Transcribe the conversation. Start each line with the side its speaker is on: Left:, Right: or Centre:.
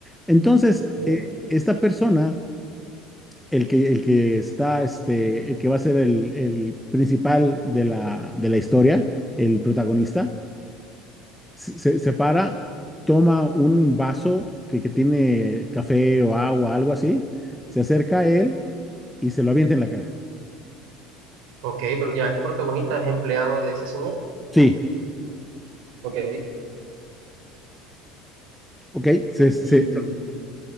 Centre: Entonces,
Right: ok,
Centre: eh, esta persona, el que, el que está, este, el que va a ser el, el principal de la, de la historia, el protagonista, se, se- se para, toma un vaso que, que tiene café o agua, algo así, se acerca a él y se lo avienta en la cara.
Right: ok, pero ya, este protagonista es empleado de ese señor.
Centre: Sí,
Right: Ok,
Centre: ok. Se, se,
Right: y,